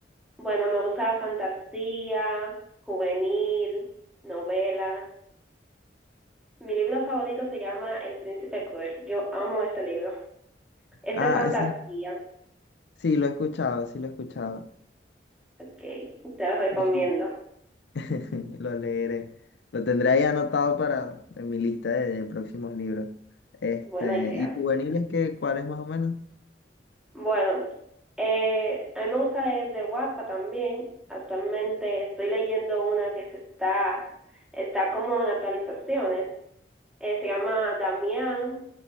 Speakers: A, in the centre; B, on the left.
A: Bueno, me gusta la fantasía, juvenil, novelas. Mi libro favorito se llama El Príncipe Cruel. Yo amo ese libro. Es
B: Ah,
A: de fantasía.
B: sí, sí, lo he escuchado, sí lo he escuchado.
A: Ok, te los recomiendo.
B: Y <laughs> lo leeré. Lo tendré ahí anotado para en mi lista de, de próximos libros. Este,
A: Buena idea.
B: ¿y juveniles qué, cuáles más o menos?
A: Bueno, eh, a mí me gusta leer de Wattpad también. Actualmente estoy leyendo una que se está, está como en actualizaciones. Eh, se llama Damián.